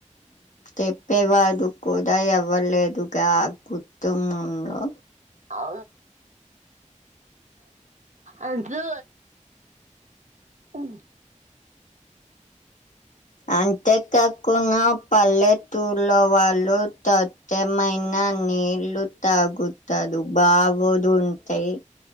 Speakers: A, on the left; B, on the right.
A: చెప్పేవాడు కూడా ఎవ్వర్లేదుగా కుటుమంలో
B: అ అందుల అఓ
A: అంతే కాకున పల్లె తూలో వాళ్ళు తట్ట మైనా న నిల్లు తగుతుదు బావదు ఉంటై